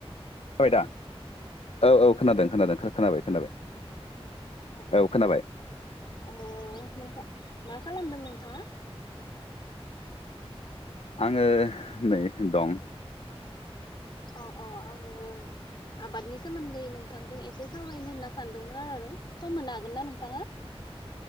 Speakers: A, on the left (about 75°); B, on the left (about 50°).
A: जाबाय दा औ औ खोनादों खोनादों खोनाबाय खोनाबाय।
B: अ अ
A: औ खोनाबाय
B: ओ मा खालामदों नोंथाङा?
A: आङो नै दं।
B: अ अ आङो आबादनि सोमोन्दै नोंथांजों एसे सावरायनो होनना सानदोंमोन आरो सम होनो हागोन ना नोंथाङा?